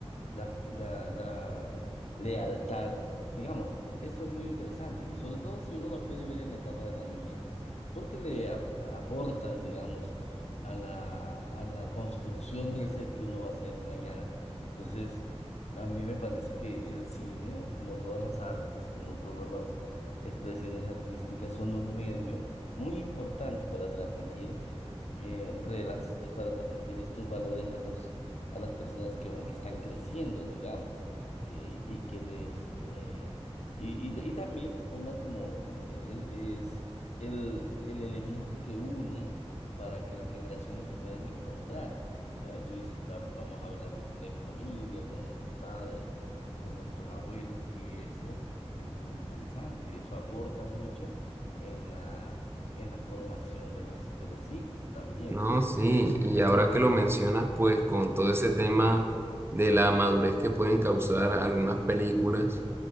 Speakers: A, on the left; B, on the right.
A: la, f- la, la lealtad. Digamos, eso es muy interesante, y sobre todo si uno la puede ver en la etapa de la niñez, porque le ap- aportan, digamos, a la, a la construcción del ser que uno va a ser mañana. Entonces, a mí me parece que el cine, como todas las artes, como todas las expresiones artísticas, son un medio muy importante para transmitir eh, relas eh, para transmitir estos valores a los a las personas que, van- que están creciendo, digamos, que- y que les eh, y, y, y también forman como eh, es, el, el elemento que une para que las generaciones se puedan encontrar. Ya, Tú dices, "Va- vamos a ver la película en familia, con nuestros padres, con nuestros abuelos, y eso es muy interesante, eso aporta mucho en la en la formación de los, de los hijos también.
B: No, sí, y ahora que lo mencionas, pues con todo ese tema de la madurez que pueden causar algunas películas,